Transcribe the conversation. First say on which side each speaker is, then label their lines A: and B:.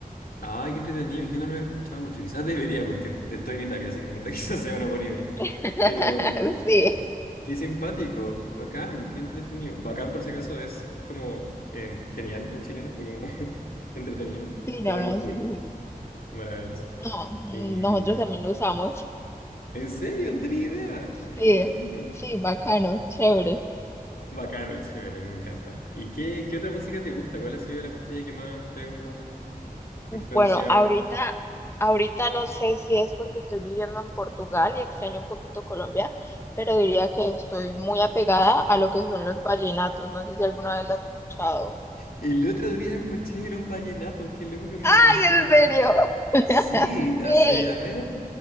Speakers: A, on the left; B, on the left.
A: Ay, qué entretenido. Yo no lo he escuchado mucho. Quizás debería, porque estoy en Italia, así que en verdad <laughs> quizás sea una buena idea.
B: <laughs>
A: Pero
B: Sí,
A: qué simpático, bacán, qué entretenido. Bacán, por si acaso, es como em, genial en chileno, o como <laughs> entretenido,
B: sí,
A: o
B: no,
A: algo
B: no,
A: cool,
B: sí, sí, sí.
A: maravilloso.
B: No,
A: Em,
B: nosotros también lo usamos.
A: ¿En serio? No tenía idea.
B: Sí,
A: Qué entretenido.
B: sí, bacano, chévere.
A: Bacano, chévere, me encanta. ¿Y qué, qué otra música te gusta? ¿Cuál ha sido la música que más te ha como influenciado?
B: Bueno, ahorita, ahorita no sé si es porque estoy viviendo en Portugal y extraño un poquito Colombia, pero diría que estoy muy apegada a lo que son los vallenatos. No sé si alguna vez las has escuchado.
A: El otro día escuché los vallenatos, qué loco que me
B: ¡Ay,
A: lo menciones.
B: en serio! <laughs>
A: Sí, hace,
B: Sí.
A: a ver,